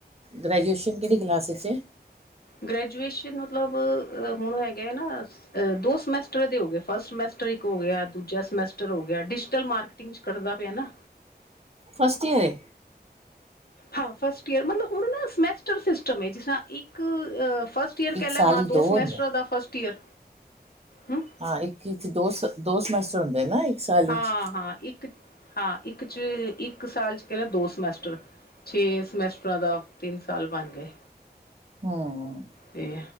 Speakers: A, on the right; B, on the left.
A: ਗ੍ਰੈਜੂਏਸ਼ਨ ਕਿਹੜੀ ਕਲਾਸ 'ਚ,
B: ਗ੍ਰਜੂਏਸ ਮਤਲਬ ਹੁਣ ਹੈਗੇ ਨਾ ਦੋ ਸਮੈਸਟਰ ਦੇ ਹੋ ਗ ਫਸਟ ਹੋ ਗਿਆ ਦੂਜਾ ਸਮੈਸਟਰ ਹੋ ਡਿਜੀਟਲ ਮਾਰਕੀਟਿੰਗ ਚ ਕਰਦਾ ਪਿਆ ਨਾ,
A: ਫਸਟ ਯੀਅਰ ਐ,
B: ਹਾਂ ਫਸਟ ਇਅਰ ਮਤਲਬ ਹੁਣ ਨਾ ਸਮੈਸਟਰ ਸਿਸਟਮ ਐ ਜਿਸ ਇੱਕ, ਫਸਟ ਈਅਰ
A: ਇੱਕ
B: ਕਹਿ
A: ਸਾਲ
B: ਲ ਹਾਂ
A: ਹੀ
B: ਦੋ ਸਮੈਸਟਰ
A: ਹੁੰਦੇ
B: ਦਾ ਫਸਟ ਈਅਰ, ਹੂੰ
A: ਹਾਂ ਇੱਕ ਦੋਸ ਦੋ ਸਮ, ਹੁੰਦੇ ਨਾ, ਸਾਲ
B: ਹਾਂ
A: ਵਿੱਚ
B: ਹਾਂ ਇੱਕ, ਹਾਂ ਇੱਕ ਚ ਇੱਕ ਸਾਲ ਚਚ ਕਹਿ ਲ ਦੋ ਸਮੈਸਟਰ ਛੇ ਸਮੈਸਟਰਾਂ ਦਾ ਤਿੰਨ ਸਾਲ ਬਣ ਗਏ।
A: ਹਮ
B: ਤੇ,